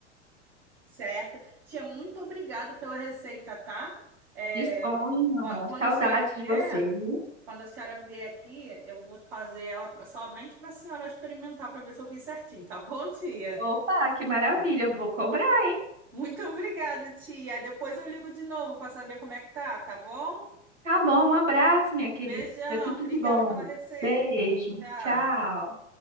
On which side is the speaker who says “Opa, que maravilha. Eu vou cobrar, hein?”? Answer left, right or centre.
Right